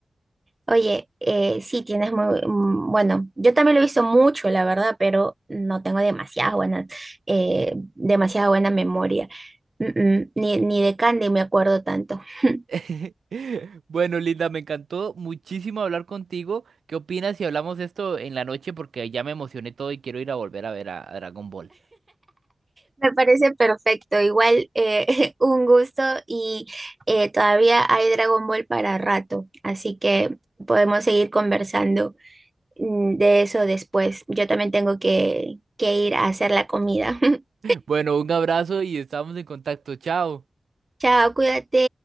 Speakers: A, on the right; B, on the right.
A: Oye, eh, sí, tienes muy, mm, bueno, yo también lo he visto mucho, la verdad, pero no tengo demasiada buena, eh, demasiada buena memoria. Mm, mm, ni, ni de Candy me acuerdo tanto. <laughs>
B: <laughs> Bueno, Linda, me encantó muchísimo hablar contigo. ¿Qué opinas si hablamos esto en la noche? Porque ya me emocioné todo y quiero ir a volver a ver a a Dragon Ball.
A: Me parece perfecto, igual eh, <laughs> un gusto y eh, todavía hay Dragon Ball para rato, así que podemos seguir conversando mm, de eso después. Yo también tengo que, que ir a hacer la comida. <laughs>
B: Bueno, un abrazo y estamos en contacto. Chao.
A: Chao, cuídate.